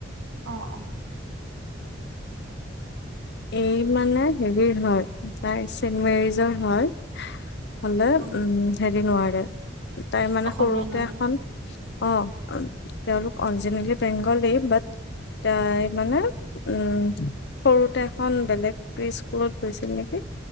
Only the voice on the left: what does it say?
এই মানে হেৰিৰ হয়, তাই চেড মেৰিজৰ হয়। হ'লে
উম হেৰি নোৱাৰে, তাই মানে
সৰুতে
এখন অ', তেওঁলোক অৰিজিনেলি বেংগলী বাট, তাই মানে, উম, সৰুতে খন বেলেগ, প্ৰি স্কুলত গৈছিল নেকি।